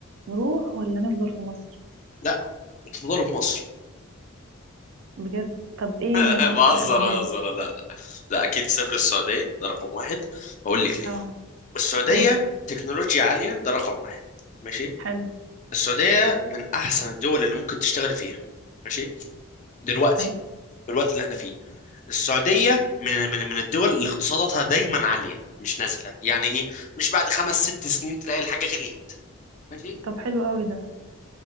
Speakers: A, on the right (about 60°); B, on the left (about 35°).
A: نروح ولا نفضل في مصر
B: لا بتفضلوا في مصر
A: بجد طب ايه
B: <laughs>
A: يعني اس
B: بهزر
A: الاسباب
B: بهزر لا لا لا اكيد تسافر السعوديه ده رقم واحد هقول لك ليه
A: اه
B: السعوديه
A: قول
B: تكنولوجيا عاليه ده رقم واحد ماشي
A: حلو
B: السعوديه من احسن الدول اللي ممكن تشتغل فيها ماشي دلوقتي
A: حلو
B: في الوقت اللي احنا فيه السعوديه من من من الدول اللي اقتصاداتها دايما عاليه مش نازله يعني ايه مش بعد خمس ست سنين تلاقي الحاجه غليت ماشي
A: طب حلو قوي ده